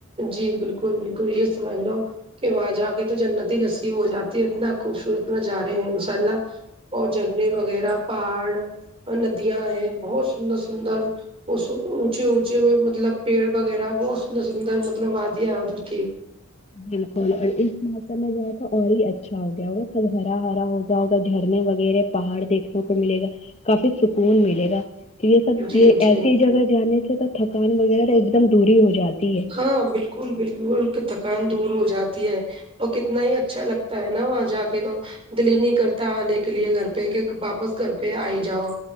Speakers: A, on the right; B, on the left.
A: جی بالکل بالکل یہ سمجھ لو کہ وہاں جا کے تو جنت ہی نصیب ہو جاتی ہے اتنا خوبصورت میں جا رہی ہو انشاء اللہ اور جھرنے وغیرہ پہاڑ اور ندیاں ہے بہت سندر سندر اس اونچے اونچے مطلب پیڑ وغیرہ بہت سندر سندر مطلب وادیاں ادھر کی
B: بالکل اور اس موسم میں جائے تو اور ہی اچھا ہو گیا ہو ہرا ہرا ہو گیا ہوگا جھرنے وغیرہ پہاڑ دیکھنے کو ملے گا کافی سکون ملے گا یہ سب
A: جی
B: یہ
A: جی
B: ایسی جگہ جانے سے تو تھکان وغیرہ ایک دم دوری ہو جاتی ہے
A: ہاں بالکل بالکل تو تھکان دور ہو جاتی ہے اور کتنا ہی اچھا لگتا ہے نا وہاں جا کے تو دل ہی نہیں کرتا آنے کے لیے گھر پہ کہ پاپا گھر پہ آ ہی جاؤ